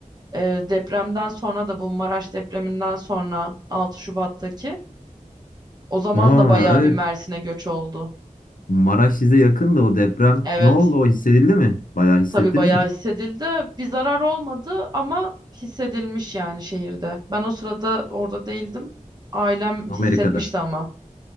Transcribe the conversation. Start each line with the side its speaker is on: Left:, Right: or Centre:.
Right: Ee, depremden sonra da bu Maraş depreminden sonra 6 Şubat'taki o zaman
Left: Aa
Right: da bayağı
Left: evet
Right: bir Mersin'e göç oldu.
Left: Maraş size yakın da o deprem
Right: Evet.
Left: ne oldu o hissedildi mi? Bayağı hissettiniz
Right: Tabii bayağı
Left: mi?
Right: hissedildi. Bir zarar olmadı ama hissedilmiş yani şehirde. Ben o sırada orada değildim. Ailem
Left: Amerika'da.
Right: hissetmişti ama.